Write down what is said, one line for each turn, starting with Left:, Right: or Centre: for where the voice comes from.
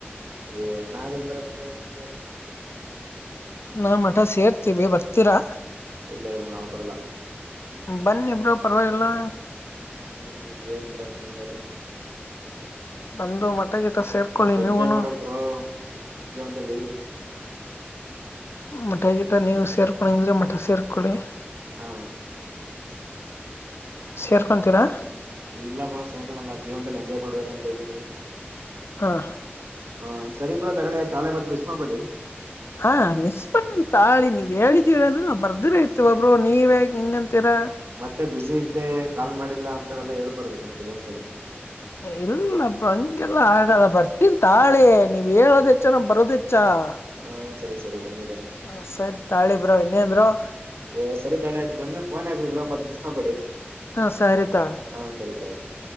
Right: <unintelligible>
Left: ನಾವ ಮಠಾ ಸೇರ್ತಿವಿ ಬರ್ತೀರಾ
Right: ಇಲ್ಲಾ ಇಲ್ಲಾ ನಾವು ಬರಲ್ಲಾ
Left: ಬನ್ನಿ ಬ್ರೋ ಪರವಾಗಿಲ್ಲಾ
Right: ಹೂ ಏನ್ ಬ್ರಾಂಚ್ ಚಿನಾರಿ. <unintelligible>
Left: ಬಂದು ಮಠ ಗಿಟ ಸೇರ್ಕೊಳ್ಳಿ
Right: ಎಂಜಾಯ್
Left: ನೀವುನು
Right: ಮಾಡ ಬೇಕ ಬ್ರೋ ಜೀವನದಲ್ಲಿ. <unintelligible>
Left: ಮಠ ಗಿಟ ನೀವು ಸೇರ್ಕೊಳ್ಳು ಹಂಗ ಇದ್ರೆ ಮಠ ಸೇರ್ಕೊಳ್ಳಳಿ. <unintelligible>
Right: ಆ ಹಾ. <unintelligible>
Left: ಸೇರ್ಕೊಂತೀರಾ? <unintelligible>
Right: ಏನ್ ಇಲ್ಲ ಬ್ರೋ ಸ್ನಹಕಣ ನಾ ಜೀವನದಲ್ಲಿ ಎಂಜಾಯ್ ಮಾಡ್ಬೇಕ ಅಂತ ಇದ್ದೀನಿ. <unintelligible>
Left: ಹಾ. <unintelligible>
Right: ಹ ಸರಿ ಬ್ರೋ ತೊಗೊಳ್ಳಿ ಆಯ್ತ ನಾಳೆ ಬಂದ ಮಿಸ್ ಮಾಡಬೇಡಿ. <unintelligible>
Left: ಹಾ ಮಿಸ್ ಬಣಂತ ತಾಳಿ ನೀವ್ ಹೇಳಿದೀವಿ ಅಂದ್ರೂ ನಾವು ಬರದನೇ ಇರ್ತೀವ ಬ್ರೋ ನೀವ ಏಕಾ ಹಿಂಗಂತೀರಾ? <unintelligible>
Right: ಮತ್ತೆ ಬಿಸಿ ಇದ್ದೆ ಕಾಲ್ ಮಾಡಿಲ್ಲ ಅಂತವೆಲ್ಲಾ ಹೇಳಬಾರದು ಮತ್ತೆ ಬಂದ ಮೇಲೆ. <unintelligible>
Left: ಇಲ್ಲ ಅಪ್ಪಾ ಹಂಗೆಲ್ಲಾ ಆಗಲ್ಲ ಬರ್ತೀನ್ ತಾಳೆ ನೀವ್ ಹೇಳೋದ ಹೆಚ್ಚ ನಾವ್ ಬರೋದ ಹೆಚ್ಚ. <unintelligible>
Right: ಹಾ ಸರಿ ಸರಿ ಬನ್ನಿ ಬನ್ನಿ. <unintelligible>
Left: ಹಾ ಸರಿ ತಾಳಿ ಬ್ರೋ ಇನ್ನೇನ್ ಬ್ರೋ? <unintelligible>
Right: ಏ ಸರಿ ತೋಳಿ ಆಯ್ತ ಬಂದ ಮೇಲ್ ಪೋನ್ ಹಚ್ಚರಿ ಬ್ರೋ ಮತ್ತ ಮಿಸ್ ಮಾಡಬೇಡಿ. <unintelligible>
Left: ಹಾ ಸರಿ ತಗೊಳ್ಳಿ. <unintelligible>
Right: ಹಾ ಸರಿ ಬ್ರೋ ಆಯ್ತ. <unintelligible>